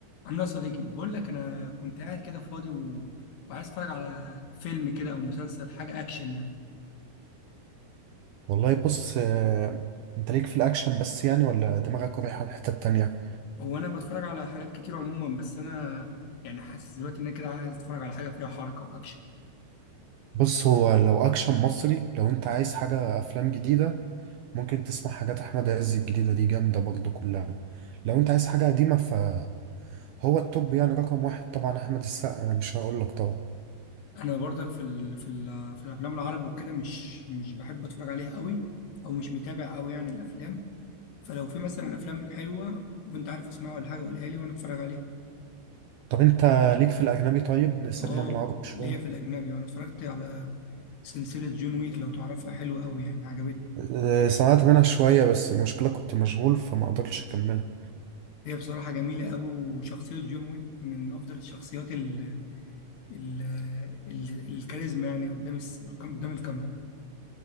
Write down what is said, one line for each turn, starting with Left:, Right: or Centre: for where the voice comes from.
Left: عامل ايه يا صديقي بقول لك انا كنت قاعد كده فاضي و... وعايز اتفرج على فيلم كده او مسلسل حاجه اكشن يعني
Right: والله بص آه، انت ليك في الاكشن بس يعني ولا دماغك رايحه الحته التانية
Left: هو انا بتفرج على حاجات كتير عموما بس انا يعني حاسس دلوقتي ان انا كده عايز اتفرج على حاجه فيها حركه واكشن
Right: بص هو لو اكشن مصري لو انت عايز حاجه افلام جديده ممكن تسمع حاجات احمد عز الجديده دي جامده برضه كلها لو انت عايز حاجه قديمه فهو التوب يعني رقم واحد طبعا احمد السقا انا مش هقول لك طبعا
Left: انا برضك في ال... في ال... في الافلام العرب وكده مش مش بحب اتفرج عليها قوي او مش متابع قوي يعني الافلام فلو في مثلا افلام حلوه وانت عارف اسمها ولا حاجه قولها لي وانا اتفرج عليها
Right: طب انت ليك في الاجنبي طيب نسيبنا
Left: اه
Right: من العربي شويه
Left: ليا في الاجنبي وانا اتفرجت على سلسله جون ويك لو تعرفها حلوه قوي يعني عجبتني
Right: آه، سمعت منها شويه بس المشكله كنت مشغول فما قدرتش اكملها
Left: هي بصراحة جميلة قوي وشخصية جون ويك من أفضل الشخصيات ال ال ال الكاريزما يعني قدام الس... قدام الكاميرا